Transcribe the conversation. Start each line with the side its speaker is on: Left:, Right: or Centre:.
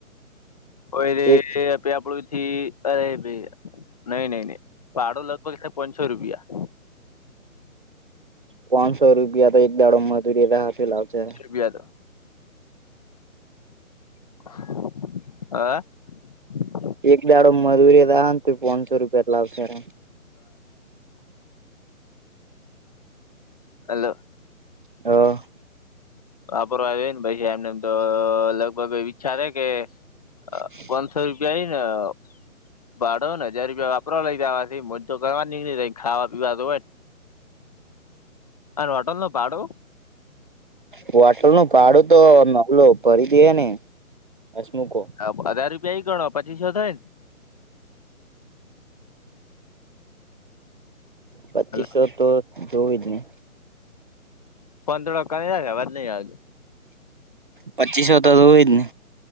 Left: કોઈ
Right: એક
Left: એ આપડુંથી અરે ભ નહી નહી નહી ભાડો લગભગ થાય પાંચસો રૂપિયા
Right: પાચસો રૂપિયા તો એક દાડો માંધું રેવા હા લાવશે
Left: વિવાદો <inaudible>
Right: એક દાડો મધરી રા ને તો પાંચસો રૂપિયા લાવશેમ
Left: અલ
Right: <inaudible>
Left: વાપરવા આવ્યો ભાઈ <unintelligible> લગભગ વિચારે કે
Right: <inaudible>
Left: અ, પાંચસો રૂપિયા હ ના ભડો ને હજાર રૂપિયા વાપરો લઈ દેવા મજ તો કરવા નીકળી ર ખાવા પીવા તો હોયને અને હોટલ નુ ભાડો
Right: હોટલ નું ભાડું તો નવલો ભરી ડે ને હસમુકો
Left: હધાર રૂપિયા ઈ ગણો પચીસો થાય ને
Right: પચીસો
Left: એટલે
Right: તો જોવું જ ને
Left: પાંદડો કરી નાખે વાત નહીં આવતું
Right: પચીસો તો હોય જ ને